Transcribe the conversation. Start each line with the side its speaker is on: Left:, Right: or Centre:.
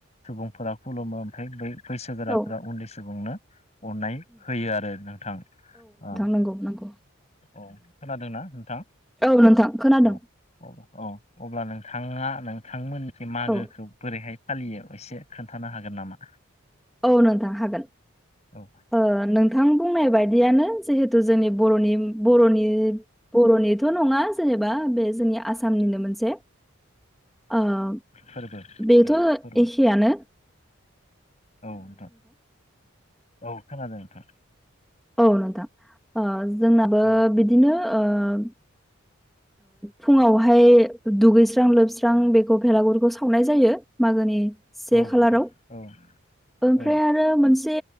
Left: सुबुंफोरा खुलुमो ओमफ्राय बै बैसोगोराफ
Centre: औ
Left: उन्दै सुबुंनो अननाय होयो आरो नोंथां अ
Centre: नांगौ नांगौ।
Left: औ खोनादोंना नोंथाङां
Centre: औ नोंथां खोनादों
Left: औ औ। औ अब्ला नोंथाङा नोंथांमोननि जे मागोखौ
Centre: औ
Left: बोरैहाय एसे खोन्थानो हागोन नामा?
Centre: औ नोंथां हागोन।
Left: औ
Centre: ओ- नोंथां बुंनाय बायदियानो जिहेथु जोंनि बरनि बर'नि बर'नि थ' नङा जेनेबा बे जोंनि आसामनिनो मोनसे ओम
Left: फोरबो
Centre: बेथ'
Left: फोरबो
Centre: एखेयानो
Left: औ नोंथां औ खोनादों नोंथां।
Centre: औ नोंथां ओ- जोंनाबो
Left: औ
Centre: बिदिनो ओ- फुङावहाय दुगैस्रां लोबस्रां बेखौ भेलागुरखौ सावनाय जायो मागोनि से
Left: औ
Centre: खालाराव
Left: नोंथां औ
Centre: ओमफ्राय
Left: औ
Centre: आरो मोनसे